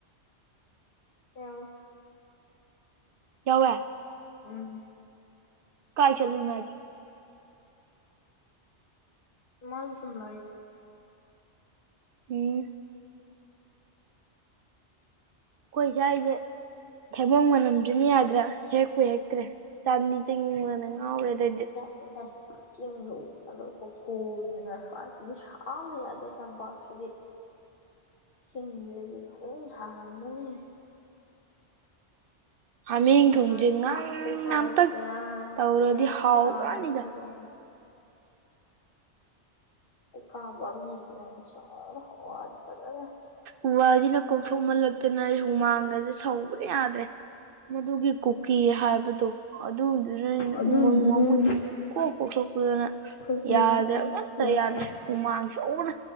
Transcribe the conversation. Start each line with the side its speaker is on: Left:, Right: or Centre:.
Left: ꯑ
Right: ꯌꯥꯧꯋ
Left: ꯎꯝ
Right: ꯀꯥꯏ ꯆꯜꯂꯅꯨꯡꯦ
Left: ꯃꯥꯅ ꯁꯨꯝ <unintelligible>
Right: ꯎ ꯑꯩꯈꯣꯏ ꯁꯥꯏꯁꯦ ꯊꯩꯕꯣꯡ ꯃꯅꯝꯁꯤꯅ ꯌꯥꯗ꯭ꯔꯦ ꯍꯦꯛꯄꯨ ꯍꯦꯛꯇ꯭ꯔꯦ ꯆꯥꯟꯅꯤ ꯆꯤꯡꯅꯤꯡꯕꯅ ꯉꯥꯎꯔꯦ ꯑꯗꯗꯤ
Left: ꯑꯩꯁꯥꯏ ꯆꯤꯡꯗꯨꯊꯨꯅꯤꯅ ꯃꯤꯁꯥꯅ ꯌꯥꯗꯦ ꯇꯝꯄꯥꯛꯁꯤꯗꯤ <unintelligible> ꯁꯔꯝ ꯃꯅꯦ
Right: ꯍꯥꯃꯦꯡ
Left: ꯉꯥꯏ
Right: ꯊꯣꯡꯁꯦ ꯉꯥꯡꯅ
Left: ꯌꯥꯛꯈꯩ ꯁꯥꯏ
Right: ꯑꯝꯇꯪ
Left: ꯀꯌꯥ
Right: ꯇꯧꯔꯗꯤ
Left: ꯀꯌꯥꯃꯨꯛ
Right: ꯍꯥꯎꯔꯅꯤꯗ
Left: ꯁꯥꯔꯕ ꯍꯥꯏ <unintelligible>
Right: ꯎ ꯋꯥ ꯖꯤꯅ ꯀꯣꯛꯊꯣꯛꯃꯜꯂꯥ ꯛꯇꯅ ꯍꯨꯃꯥꯡꯒꯁꯦ ꯁꯧꯕꯗ ꯌꯥꯗ꯭ꯔꯦ ꯃꯗꯨꯒꯤ ꯀꯨꯀꯤ ꯍꯥꯏꯕꯗꯣ ꯑꯗꯨꯗꯨꯅꯅꯤꯅ
Left: ꯑꯗꯨꯏꯗꯨꯗꯩ
Right: ꯎꯃꯪ ꯋꯥꯃꯪꯁ ꯀꯣꯛ ꯀꯣꯛ ꯈꯣꯛꯄꯨꯗꯅ
Left: ꯊꯣꯛꯄꯗꯅ
Right: ꯌꯥꯗ꯭ꯔꯦ ꯑꯝꯇ
Left: ꯌꯥꯝ
Right: ꯌꯥꯗ꯭ꯔꯦ ꯍꯨꯃꯥꯡ ꯁꯧꯕꯅ